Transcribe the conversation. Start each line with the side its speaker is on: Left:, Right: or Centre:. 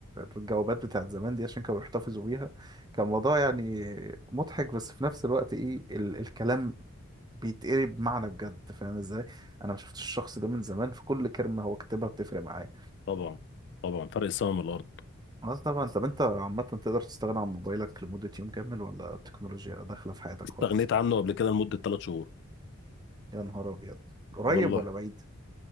Right: الجوابات بتاعت زمان دي عشان كانوا بيحتفظوا بيها كان موضوع يعني مضحك بس في نفس الوقت ايه ال الكلام بيتقري بمعنى بجد فاهم ازاي انا ما شفتش الشخص ده من زمان فكل كلمه هو كاتبها بتفرق معايا
Left: طبعا طبعا فرق السماء من الارض
Right: اه طبعا طب انت عامه تقدر تستغنى عن موبايلك لمده يوم كامل ولا التكنولوجيا داخله في حياتك
Left: استغنيت
Right: خالص
Left: عنه قبل كده لمده ثلاث شهور
Right: يا نهار ابيض قريب
Left: والله
Right: ولا بعيد